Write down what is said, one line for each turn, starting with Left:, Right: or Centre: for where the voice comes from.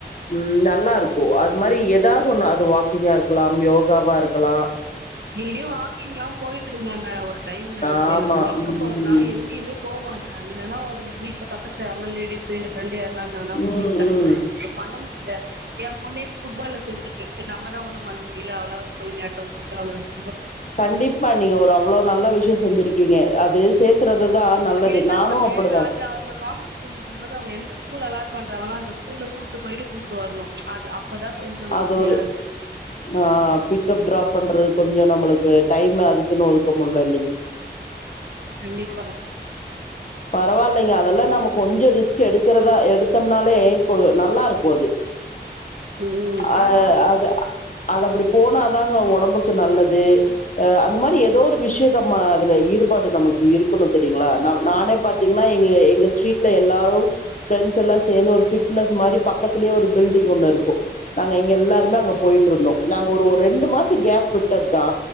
Left: ம் நல்லாருக்கும் அது மாரி ஏதாவ்து ஒன்னு அது வாக்கிங்கா இருக்கலா யோகாவா இருக்கலா
Right: டெய்லி வாக்கிங்லா போயிட்ருந்தாங்க ஒரு டைம்ல
Left: ஆமா.
Right: இப்ப எனக்கு ஒர்க்
Left: ம்.
Right: போறதுனால எங்யுமே போமாட்டறா இதல்லாம ஒரு ரீசன் பக்கத்ல யார்னா லேடிஸு இல்ல ஃப்ரெண்டு யார்னா இருந்தாங்ன கூட்டிட்டு
Left: ம்,
Right: களம்பிடுவே
Left: ம்.
Right: இப்ப பண்ண முடியல எ பொண்ணே ஃபுட்பால்ல சேத்திருக்கே செரி நம்ம தா ஒன்னு பண்ண முடியல அவளாது போய் விளயாட்டு சொல்லி <unintelligible>
Left: கண்டிப்ப நீங்க ஒரு அவ்ளோ நல்ல விஷ்யோ செஞ்சிருக்கீங்க அது சேர்த்துறது தான் நல்லது.
Right: என்ன
Left: நானும்
Right: ஒன்னு
Left: அப்படிதான்.
Right: அது அவ்ங்க காம்ப்படிஷன் வக்கும்போது அவுங்க எந்த ஸ்கூல் அலார்ட் பண்றாவங்ள அந்த ஸ்கூல்ல கூட்டு போயிட்டு கூட்டு வர்ணு அது அப்பதா கொஞ்சோ யோசனையா
Left: அது ஒரு ஆ பிக்கப் டிராப் பண்றது கொஞ்சோ நம்ளுக் டைம் அதுக்குன் ஒதுக்க முல்ல
Right: கண்டிப்பா
Left: பரவால்லைங்க அதல்லா நம்ம கொஞ்ச ரிஸ்க் எடுக்கறதா எடுத்தம்னாலே கு நல்லாருக்கு அது
Right: ம் ஆனா
Left: அ அது அது அப்படி போனா தாங்க ஒடம்புக்கு நல்லது அந்த மாரி எதோ ஒரு விஷ்ய நம்ம அதுல ஈடுபாடு நமக்கு இருக்க குனு தெரியுங்ளா நானே பாத் பாத்தீங்னா எங்க எங்க ஸ்ட்ரீட்ல எல்லாரு ஃபிரெண்ட்ஸ் எல்லா சேந்து ஒரு ஃபிட் ட்னஸ் மாரி பக்கத்லயே ஒரு பில்டிங் ஒன்னு இருக்கு அதுல எங் எல்லாரு அங்க போயிட்ருந்தோ நாங்க ஒரு ஒரு ரெண்டு மாச கேப் விட்டத்தா